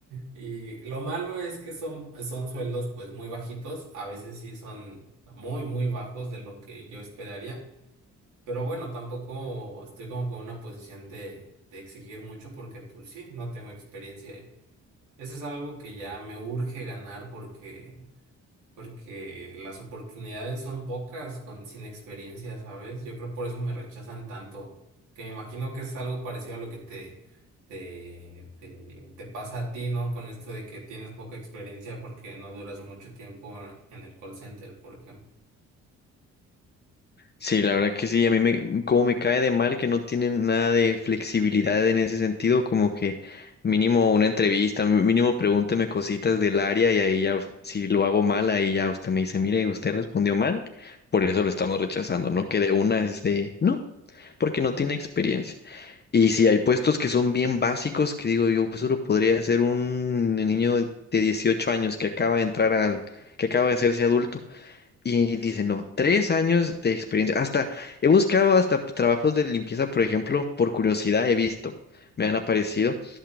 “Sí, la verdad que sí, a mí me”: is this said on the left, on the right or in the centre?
Left